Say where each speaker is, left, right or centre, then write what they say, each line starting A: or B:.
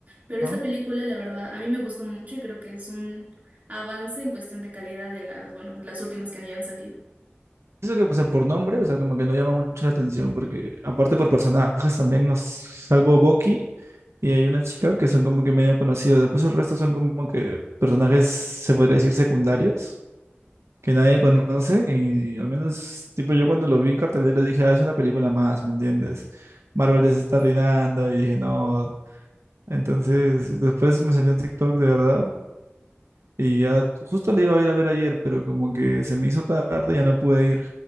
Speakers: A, on the right (about 40°); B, on the right (about 85°).
A: pero
B: ¿No?
A: esta película, la verdad, a mí me gustó mucho y creo que es un avance en cuestión de calidad de las, bueno, de las últimas que hayan salido.
B: Eso que pasa por nombre, o sea, como que no llama mucho la atención, porque aparte por personajes también nos salvo Bucky. Y hay una chica que son como que medio conocidos. Después el resto son como que personajes, se podría decir, secundarios, que nadie conoce. Y al menos, tipo, yo cuando lo vi en cartelera dije, ah, es una película más, ¿me entiendes? Marvel ya se está arruinando y dije, no. Entonces, después me salió en TikTok de verdad. Y ya justo le iba a ir a ver ayer, pero como que se me hizo tarde, ya no pude ir.